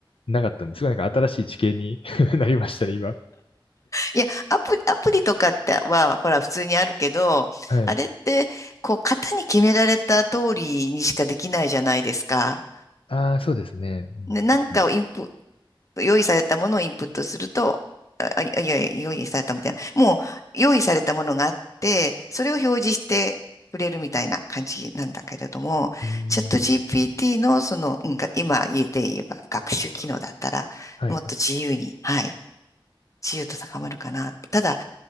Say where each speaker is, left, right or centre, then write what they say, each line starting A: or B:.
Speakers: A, on the left (about 80°); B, on the left (about 35°).
A: なかったんですが、なんか新しい知見に <laughs> なりましたね、今。
B: いや、アプリ、アプリとかっては、ほら、普通にあるけど、
A: はい。
B: あれって、こう、型に決められた通りにしかできないじゃないですか。
A: ああ、そうですね。
B: ね、なんかをインプ、
A: うん、
B: 用意されたものをインプットすると、あ、あいやいや、用意されたみたいな。もう用意されたものがあって、それを表示してくれるみたいな感じなんだけれども、
A: うん、うん。うん
B: チャット GPT のその、うん、が今言えて言えば学習機能だったら、
A: はい
B: もっと自由に、はい、自由と高まるかな。ただ、